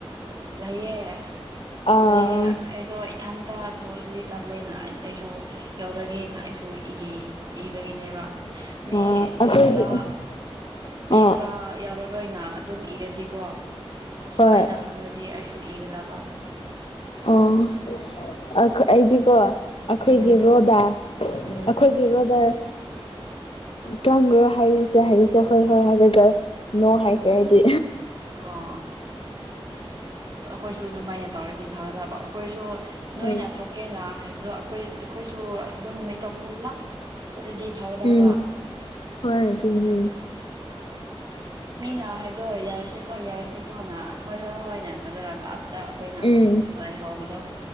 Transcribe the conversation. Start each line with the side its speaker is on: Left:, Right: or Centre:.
Right: ꯂꯩꯌꯦꯦ
Left: ꯑꯥ
Right: ꯂꯩꯌꯦ ꯑꯩꯗꯣ ꯏꯊꯟꯇ ꯊꯣꯛꯑꯗꯤ ꯇꯜꯂꯦꯅ ꯑꯩꯁꯨ ꯌꯥꯎꯔꯒꯦꯅ ꯑꯩꯁꯨ ꯏꯕꯒꯤꯅꯦꯕ ꯃꯤ
Left: ꯑꯥ
Right: ꯃꯤ
Left: ꯑꯩꯈꯣꯏꯗꯤ
Right: ꯈꯔ ꯃꯤ
Left: ꯑꯥ
Right: ꯈꯔ ꯌꯥꯔ ꯃꯔꯣꯏ ꯑꯣꯏꯅ ꯑꯗꯨꯝ ꯏꯔꯗꯤꯀꯣ ꯑꯁ
Left: ꯍꯣꯏ
Right: ꯑꯩꯅ ꯈꯪꯅꯗꯤ ꯑꯩꯁꯨ ꯏꯒꯗꯕ
Left: ꯑꯣ ꯑꯩꯗꯤꯀꯣ ꯑꯩꯈꯣꯏꯒꯤ
Right: ꯎꯝ
Left: ꯔꯣꯗ
Right: ꯎꯝ
Left: ꯑꯩꯈꯣꯏꯒꯤ ꯔꯣꯗ ꯑ ꯆꯪꯈ꯭ꯔ ꯍꯥꯏꯔꯤꯁꯦ ꯍꯥꯏꯔꯤꯁꯦ ꯍꯣꯏ ꯍꯣꯏ ꯍꯥꯏꯔꯒ ꯅꯣ ꯍꯥꯏꯈ꯭ꯔꯦ ꯍꯥꯏꯗꯤ
Right: ꯑ ꯑ ꯑꯩꯈꯣꯏꯁꯨ ꯑꯗꯨꯃꯥꯏꯅ ꯇꯧꯔꯗꯤ ꯐꯒꯗꯕ ꯑꯩꯈꯣꯏꯁꯨ
Left: ꯍꯣꯏ
Right: ꯅꯣꯏꯅ ꯊꯣꯛꯀꯦꯅ ꯍꯥꯏꯕꯗꯣ ꯑꯩꯈꯣꯏ ꯑꯩꯈꯣꯏꯁꯨ ꯑꯗꯨꯣ ꯅꯨꯃꯤꯠꯇꯣ ꯄꯨꯂꯞ ꯆꯠꯂꯗꯤ ꯐꯒꯗꯕ
Left: ꯎꯝ ꯍꯣꯏ ꯑꯗꯨꯅꯦ ꯎ
Right: ꯃꯤꯅ ꯍꯥꯏꯗꯣꯏꯑꯣ ꯌꯥꯔꯁꯤꯦꯀꯣ ꯌꯥꯔꯁꯤꯦꯀꯣ ꯅ ꯍꯣꯏ ꯍꯣꯏ ꯍꯣꯏꯅꯦ ꯆꯠꯂꯒ ꯂꯥꯁꯇ ꯑꯩꯈꯣꯏꯅ
Left: ꯎꯝ
Right: ꯂꯥꯏ ꯍꯥꯎꯕꯗꯣ